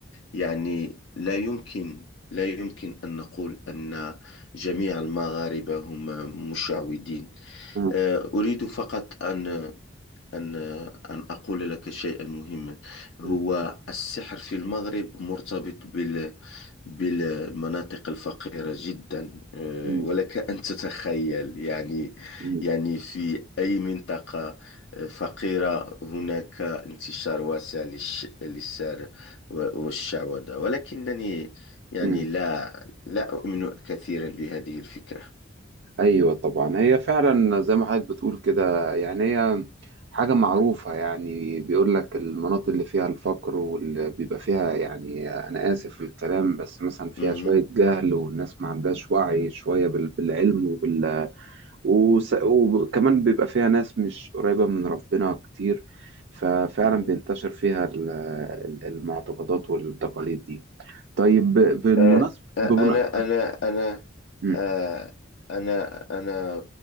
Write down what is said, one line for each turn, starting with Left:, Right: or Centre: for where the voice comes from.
Left: يعني لا يمكن لا يمكن أن نقول أن جميع المغاربة هم مشعوذين
Right: مم.
Left: آه، أريد فقط أن أن أن أقول لك شيئا مهما هو
Right: مم.
Left: السحر في المغرب مرتبط بال بالمناطق الفقيرة جدا آه،
Right: مم.
Left: ولك أن تتخيل يعني
Right: مم.
Left: يعني في أي منطقة آه، فقيرة هناك انتشار واسع للش للسحر و- والشعوذة ولكنني يعني
Right: مم.
Left: لا لا أؤمن كثيرا بهذه الفكرة
Right: ايوه طبعا هي فعلا زي ما حضرتك بتقول كده يعني هي حاجة معروفة يعني بيقول لك المناطق اللي فيها الفقر واللي بيبقى فيها يعني أنا آسف في الكلام بس مثلا فيها
Left: مهم.
Right: شوية جهل والناس ما عندهاش وعي شوية بال- بالعلم وبال وس... وكمان بيبقى فيها ناس مش قريبة من ربنا كتير ففعلا
Left: مهم.
Right: بينتشر فيها ال- ال- المعتقدات والتقاليد دي طيب بالمناسبة
Left: آه،
Right: <laughs>
Left: آه،
Right: بمنا...
Left: أنا أنا أنا
Right: مم.
Left: آه، أنا أنا